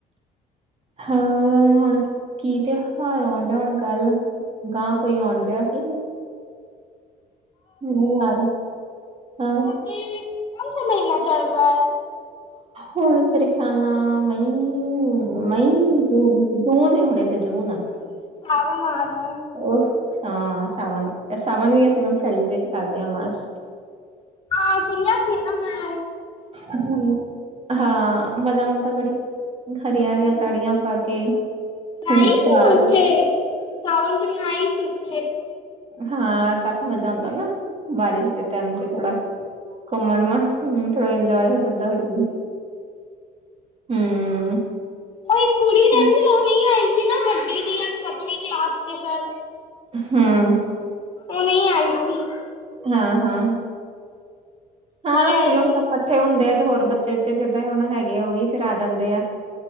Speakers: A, on the right; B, on the left.
A: ਹਾਂ ਹੁਣ ਮੈ ਕੀ ਕਿਆ, ਹੁਣ ਆਉਂਡਾ ਨੀ ਘਰ ਅਗਾਹ ਕੋਈ ਆਉਂਡਾ ਕਿ ਨੀ। ਮੈਨੂੰ ਬੁਲਾ ਲਓ, ਹਾਂ।
B: ਹੁਣ ਕੀ ਇਹ ਕਿਹੜਾ ਮਹੀਨਾ ਚਲਦਾ।
A: ਹੁਣ ਮੇਰੇ ਖਿਆਲ ਨਾਲ ਮਈ- ਮਈ ਨੀ ਜੂਨ ਮਹੀਨਾਂ ਤੇ ਜਰੂਰ ਆ।
B: ਆਜੋ ਆਣ ਤੇ
A: ਉਹ ਸਾ-ਸਾਵਨ ਅਸੀਂ ਸਾਵਨ ਚ ਸੈਲੀਬ੍ਰੇਟ ਕਰਦੇ ਆ ਬਸ।
B: ਆ ਸੁਣਿਆ ਕਿਦਾ ਮੈ।
A: ਜਰੂਰ, ਹਾਂ ਮਜ਼ਾ ਆਉਂਦਾ ਬੜੀ ਹਰੀਆਂ
B: ਹਮ,
A: -ਹਰੀਆਂ ਸਾੜੀਆਂ ਪਾ ਕੇ,
B: ਮੈਂ
A: ਫੇਰ
B: ਆਈ
A: ਤਿਆਰ
B: ਸੀ ਨਾ ਉੱਥੇ
A: ਹੋ ਕੇ
B: ਸਾਵਨ ਵਿੱਚ ਆਈ ਸੀ ਮੈਂ ਉੱਥੇ।
A: ਹਾਂ ਕਾਫੀ ਮਜ਼ਾ ਆਉਂਦਾ ਨਾ, ਬਾਰਿਸ਼ ਦੇ ਟਾਈਮ ਚ ਥੋੜਾ। ਘੁੰਮਣਮਣ ਹੂੰ ਥੋੜਾ ਇੰਜੋਏ ਹੋ ਜਾਂਦਾ ਫਿਰ ਕੀ, ਹੂੰ
B: ਉਹ ਇੱਕ ਕੁੜੀ ਰਹਿੰਦੀ
A: ਹੂੰ
B: ਹੁੰਦੀ ਐ ਨਾ ਉਹ ਨਹੀਂ ਆਈ ਸੀ ਨਾ ਵੱਡੀ ਦੀ ਐ ਪਤਨੀ? ਲਾਸਟ ਚ ਸ਼ਾਇਦ,
A: ਹਾਂ-ਹਾਂ
B: ਓ ਨੀ ਆਏ ਸੀ।
A: ਹਾਂ ਹਾਂ ਹਾਂ
B: ਸਾਰੇ
A: ਸਿਲਮਪੁਰ
B: ਆਏ ਸੀ
A: ਇਕੱਠੇ ਹੁੰਦੇ ਆ ਤੇ ਹੋਰ ਬੱਚੇ ਉੱਚੇ ਜਿਦਾਂ ਹੁਣ ਹੈਗੇ ਆ ਉਹ ਵੀ ਫੇਰ ਆ ਜਾਂਦੇ ਆ।